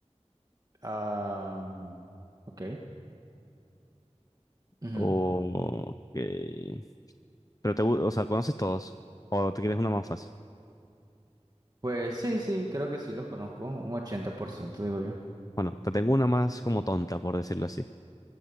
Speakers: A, on the right; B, on the left.
A: Ah, ok. Ujú.
B: o Ok. Pero te, gu- o sea, ¿conoces todos? ¿O te quieres una más fácil?
A: Pues sí, sí, creo que sí los conozco, un 80% digo yo.
B: Bueno, te tengo una más como tonta, por decirlo así.